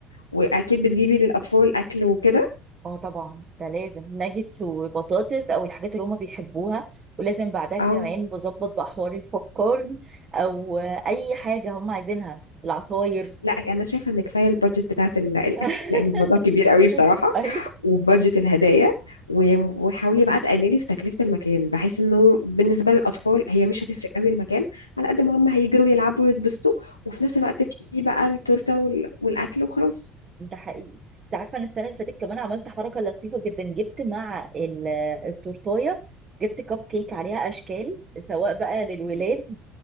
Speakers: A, on the left (about 85°); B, on the right (about 35°).
A: واكيد بتجيبي للاطفال اكل وكده
B: اه طبعا ده لازم ناجتس وبطاطس او الحاجات اللي هما بيحبوها ولازم بعدها كمان
A: اه
B: بظبط بقى حوار البوب كورن او اي حاجه هما عايزينها العصاير
A: لا انا شايفه ان كفايه البادجت بتاعت ال- الاكل
B: <laughs>
A: لان الموضوع كبير قوي بصراحه
B: ايوه
A: وبادجت الهدايا و- وحاولي بقى تقللي في تكلفه المكان بحيث انه بالنسبه للاطفال هي مش هتفرق قوي المكان على قد ما هم هيجروا يلعبوا ويتبسطوا وفي نفس الوقت في بقى التورته وال- والاكل وخلاص
B: ده حقيقي انت عارفه انا السنه اللي فاتت كمان عملت حركه لطيفه جدا جبت مع ال- التورتايه جبت كب كيك عليها اشكال سواء بقى للولاد